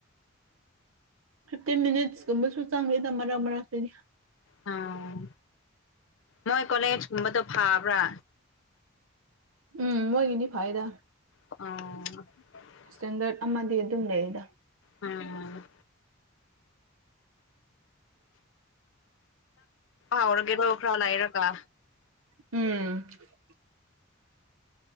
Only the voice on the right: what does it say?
ꯐꯤꯐꯇꯤꯟ ꯃꯤꯅꯤꯠꯁ ꯀꯨꯝꯕꯁꯨ ꯆꯪꯉꯦꯗ ꯃꯔꯛ ꯃꯔꯛꯇꯗꯤ
ꯎꯝ ꯃꯣꯏꯒꯤꯅꯤ ꯐꯥꯏꯗ
ꯏꯁꯇꯦꯟꯗꯔꯠ ꯑꯃꯗꯤ ꯑꯗꯨꯝ ꯂꯩꯗ
ꯎꯝ <inaudible>